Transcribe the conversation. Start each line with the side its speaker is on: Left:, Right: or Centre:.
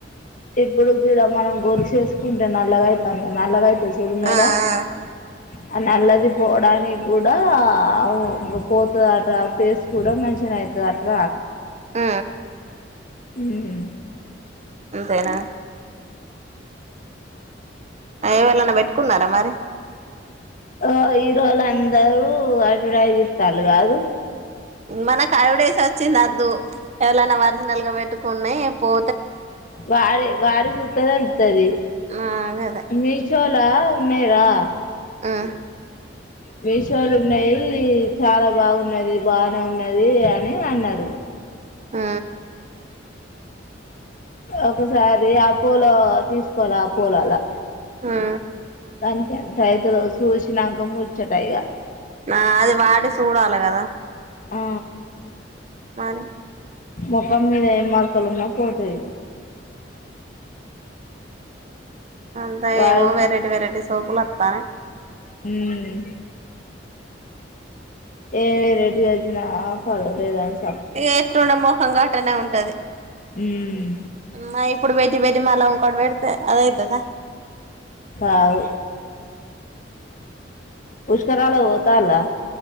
Left: ఇప్పుడు గుడ మనం గొలుసు ఎసుకుంటే నల్లగైతది నల్లగై చదుగున్నాడాఆ
Right: ఆ ఆ
Left: నల్లది <inaudible> పోడానికి దూడ ఆ ఆవు పోతుదంటా అట ఆ ఫేస్ కూడా మంచిగానే అయితాడంట
Right: ఆ
Left: హ్ము
Right: అంతేనా ఎ వాళనా బెఠ కున్నారా మరి
Left: ఆ హీరో లు అందరూ అడ్వడైజ్ ఇత్త లు కాదు
Right: మనకు అడ్వెట్డైస్ వచ్చింది అద్దు ఎవరైనా ఒరిజినల్ గా పెట్టుకున్నాయి పో
Left: వారి వారి సు సేవన్త్ తది
Right: ఆ గదే
Left: నీచో ఇట్ల ఉన్నాయి రా
Right: ఆ
Left: మీషోలు ఉన్నాయి చాలా బాగున్నది బానే ఉన్నది అని అన్నారు
Right: ఆ
Left: ఒకసారి ఆపోలో తీసుకోలాఆపో లలా
Right: ఆ
Left: దానికి ఎంత అయితదొ సూచినాంక ముర్చ్చట ఇగా
Right: ఆ అది వాడి చూడాలి కదా
Left: ఆ
Right: మరి
Left: మొఖం మీద ఎం మా క్కలన్నా పోతాయి
Right: అంతా
Left: వాడి
Right: ఏమో వెరైటీ వెరైటీ సోపులు వస్తానయి
Left: హ్మ్ ఏమి వెరైటి వచ్చిన ఫల లేదాంత
Right: ఇ ఎటు ఉండ మోకంఘాటనే ఉం టది
Left: ఉమ్
Right: మ ఇప్పుడు బెటి బెది మళ కొడబడతే అదాైతుదా
Left: వావ్ పుష్కరాల ఓతాలా